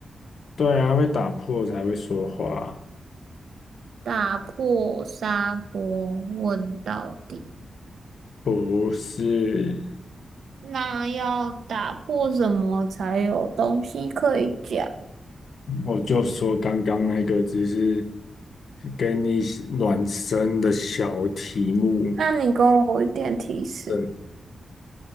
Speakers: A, on the left (about 70°); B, on the right (about 80°).
A: 对啊，会打破才会说话，
B: 打破砂锅问到底，
A: 不是？
B: 那要打破什么才有东西可以讲？
A: 我就说刚刚那个只是给你暖身的小题目，
B: 那你给我一点提示。
A: 嗯，